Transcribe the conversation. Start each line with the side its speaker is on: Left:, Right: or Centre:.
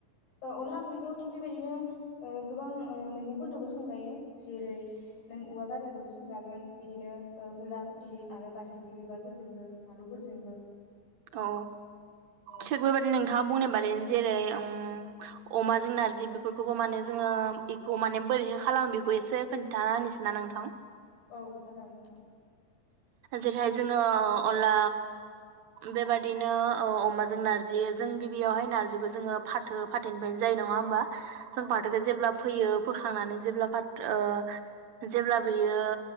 Left: अनला ओ ओंख्रिखौ थिग बेबायदिनो ओ गोबां ओ मैगंफोरदोंबो संजायो जेरै नों औवा गाजाजोंबो संजागोन। बिदिनो ओ मुला खुथि आरो बासिगि बिबारफोरजोंबो आलुफोरजोंबो।
Right: औ
Left: औ
Right: थिग बेबादिनो नोंथाङा बुंनाय बादिनो जेरै उम
Left: औ।
Right: अमाजों नारजि बेफोरखौबो माने जोङो
Left: औ
Right: एखौ माने बोरैहाय खालामो बेखौ एसे खोन्थाना होनोसैना नोंथां।
Left: औ खोन्थाजागोन नोंथां‌।
Right: जेरैहाय जोङो अनला बेबादिनो ओ अमाजों नारजि जों गिबियावहाय नारजिखौ जोङो फाथो फाथ फाथनिफ्रायनो जायो नङा
Left: औ
Right: होमबा। जों
Left: औ नंगौ
Right: फाथोखौ जेब्ला फैयो बोखांनानै जेब्ला फाथ ओ जेब्ला बियो